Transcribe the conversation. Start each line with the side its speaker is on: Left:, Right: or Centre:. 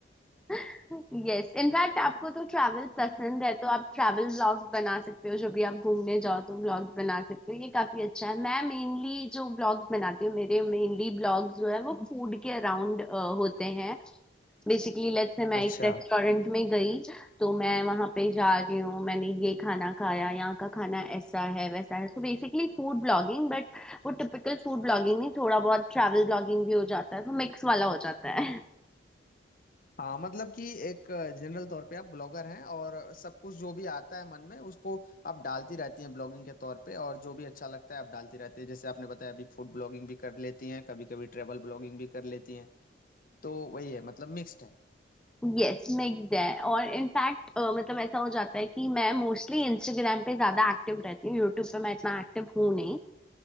Centre: <laughs> यस इनफैक्ट आपको तो ट्रैवल पसंद है तो आप ट्रैवल व्लॉग्स बना सकते हो जब भी आप घूमने जाओ तो व्लॉग्स बना सकते हो ये काफी अच्छा है मैं मेनली जो व्लॉग्स बनाती हूँ मेरे मेनली ब्लॉग्स जो है वो फूड के अराउंड होते हैं बेसिकली लेट्स से मैं
Left: अच्छा
Centre: एक रेस्टोरेंट में गई तो मैं वहां पे जा रही हूँ मैंने ये खाना खाया यहाँ का खाना ऐसा है वैसा है so basically food blogging But वो टिपिकल फूड ब्लॉगिंग नहीं थोड़ा बहुत ट्रैवल ब्लॉगिंग भी हो जाता है तो मिक्स वाला हो जाता है
Left: हाँ मतलब कि एक जनरल तौर पे आप ब्लॉगर हैं और सब कुछ जो भी आता है मन में उसको आप डालती रहती हैं ब्लॉगिंग के तौर पे और जो भी अच्छा लगता है आप डालती रहती हैं जैसे आपने बताया अभी फूड ब्लॉगिंग भी कर लेती हैं कभी कभी ट्रैवल ब्लॉगिंग भी कर लेती हैं तो वही है मतलब मिक्स्ड है
Centre: यस मिक्स्ड है और इनफैक्ट मतलब ऐसा हो जाता है कि मैं मोस्टली इंस्टाग्राम पे ज्यादा एक्टिव रहती हूँ यूट्यूब पे मैं इतना एक्टिव हूँ नहीं